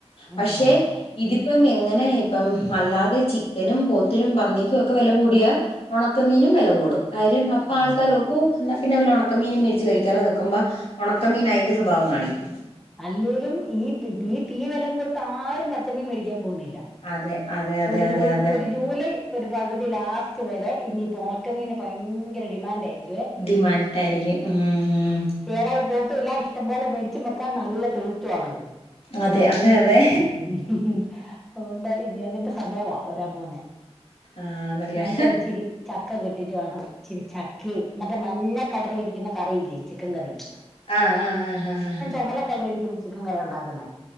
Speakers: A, on the left; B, in the centre.
A: പക്ഷേ
B: ആഹ്
A: ഇതിപ്പം എങ്ങനെ ഇപ്പം അല്ലാതെ ചിക്കനും പോത്തിനും പന്നിക്കും ഒക്കെ വെല കൂടിയാ ഒണക്കമീനും വെല കൂടും. കാര്യം അപ്പ
B: ആഹ്
A: ആൾക്കാര്
B: കൂടും
A: ഓർക്കും ന്നാ പിന്നെ വല്ല ഒണക്കമീനും മേട്ച്ച് കഴിക്കാല്ലോന്നെക്കുമ്പ ഒണക്കമീൻ അയിന്റെ സ്വഭാവം കാണിക്കും
B: അല്ലേലും ഈ ഈ തീ വെലേം കൊടുത്ത് ആരും പച്ചമീ മേടിക്കാൻ പോന്നില്ല
A: അതെ അതെ അതെ
B: ഒരു ജൂൺ
A: അതെ അതെ
B: ഒര് ജൂലൈ ഒരു പകുതി ലാസ്റ്റ് വരെ ഇനിപ്പൊ ഒണക്കമീന് ഭയങ്കര ഡിമാൻഡ് ആയിരിക്കും
A: ഡിമാൻഡായിരിക്കും ഉം ഉം
B: കേടായി പോത്തുല്ല ഇഷ്ടം പോലെ മേടിച്ചും വെക്കാം നല്ല ടേസ്റ്റു ആണല്ലോ
A: അതെ അതെ അതെ
B: ഉം അതുകൊണ്ട് ഇനി അതിന്റെ സമയവാ വരാൻ പോവുന്നേ
A: ആണല്ലേ
B: ഞങ്ങ്ക്കൊരിച്ചിരി ചക്ക കിട്ടിട്ട് വേണം ഇച്ചിരി ചക്കേം മറ്റേ മഞ്ഞ കളറ്ല് ഇരിക്കുന്ന കറിയില്ലേ ചിക്കൻ കറി
A: ആഹ് ആഹ് ആഹ് ആഹ് ആഹ്
B: ചൊമലക്കളറിയിരിക്കുന്ന ചിക്കൻ കറിയാ ഉണ്ടാക്കുന്നെ